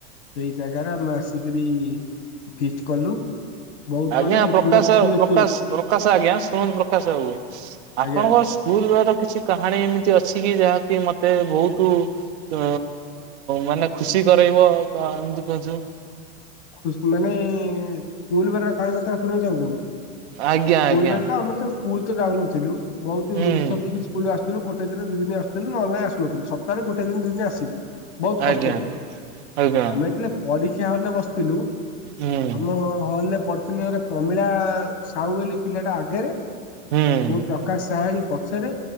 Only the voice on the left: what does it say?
ସେଇ ଜାଗାରେ ଆମେ ଆସିକରି ଫିଷ୍ଟ କଲୁ। ବହୁତ
ମାନେ
ସୁର ସୁର
ସୁର
ଆଜ୍ଞା
କୁ ମାନେ ସ୍କୁଲ ବେଳର କାହାଣୀ କଥା ସୁଣୀବାକୁ ଚାହୁଁଛନ୍ତି। ସ୍କୁଲ୍‌
ବେଳେ ତ ଆମେ ତ ସ୍କୁଲ ତ ଯାଉନଥିଲୁ ବହୁତ
ଲୁଚି ଛପିକି ସ୍କୁଲ ଆସିଥିଲୁ ଗୋଟ ଦିନ ଦି ଦିନ ଆସୁଥିଲ୍ଡ ନହେଲେ ନାଇଁ ଆସନୁଥିଲୁ ସପ୍ତାହ ଗୋଟ ଦି ଦିନ ଆସିବୁ। ବହୁତ କଷ୍ଟରେ
ଆମେ ଯେତେଳେ ପରୀକ୍ଷା ହଲରେ ବ ଥିଲୁ
ଆମ ହଲ ରେ ପଡିଥିଲୁ ଗୋଟେ ପ୍ରମିଳା ସାହୁ ବୋଲି ପିଲାଟା ଆଗେରେ
ମୁ ପ୍ର କାସ ସାହାଣୀ ପଛରେ